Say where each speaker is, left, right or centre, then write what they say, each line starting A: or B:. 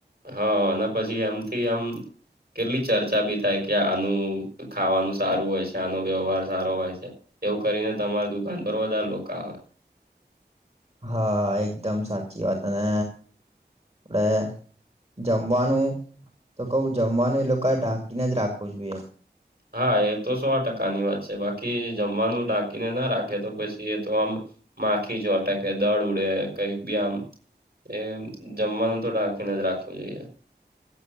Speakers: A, on the right; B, on the right.
A: હા અને પછી એમથી આમ. કેટલી ચર્ચા બી થાય કે આનું ખાવાનું સારું હોય છે, આનો વ્યવહાર સારો હોય છે. એવું કરીને તમારી દુકાન પર વધારે લોકો આવે.
B: હા એકદમ સાચી વાત અને એ જમવાનું તો કવું જમવાનું એ લોકોએ ઢાંકીને જ રાખવું જોઈએ.
A: હા એ તો સો ટકાની વાત છે, બાકી જમવાનું ઢાંકીને ના રાખે તો પછી એ તો આમ, માખી ચો અટ કે દળ ઉડે કઈક બી આમ. એમ જમવાનુ તો ઠાંકી ને જ રાખવું જોઈએ.